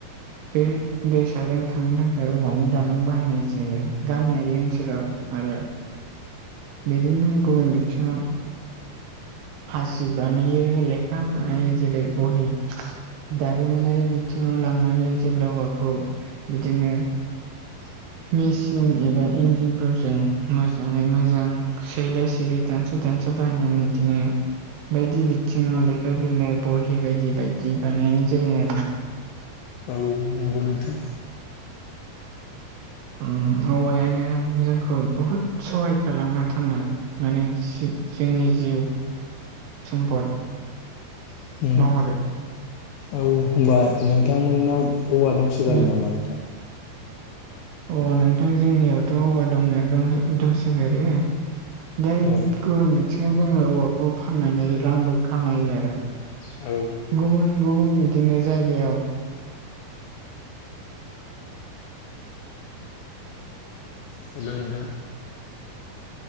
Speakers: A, on the right (about 80°); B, on the left (about 75°).
A: बे दैसाजों थांनो थाखाय औवानि दालां बाहायनाय जायो गामियारि ओनसोलाव आरो
B: <inaudible>
A: बिदिनो गुबुन बिथिङाव हासि बानायो लेखा बानायो जेरै बहि दारिमिनारि बिथिङाव लांनानै जेब्लाबखौ बिदिनो
B: <inaudible>
A: मेसिन एबा इन्जिनफोरजों मोजाङै मोजां सैलाय सैलि दानस' दानस' बाहायनानै बिदिनो बायदि बिथिङाव लेखा बिलाइ बहि बायदि बाय जि बानायनाय जायो आरो।
B: औ नंगौ नोंथां।
A: ओम औवायानो जोंखौ बुहुद सहाय खालामा थांना माने जो-जोंनि जिउ सम्फद
B: उम
A: महरै
B: औ होनबा नोंथांमोननाव औवा दंसोगारो
A: नों
B: नामा नोंथां?
A: अ नोंथां जोंनियावथ' औवा दंना दंसो दंसोगारो। दा
B: औ
A: गुबुन बिथिङाव जोङो औवाखौ फाननानै रांबो खामायो आरो।
B: औ।
A: गुबुन गुबुन बिदिनो जायगायाव
B: हेलौ नोंथां।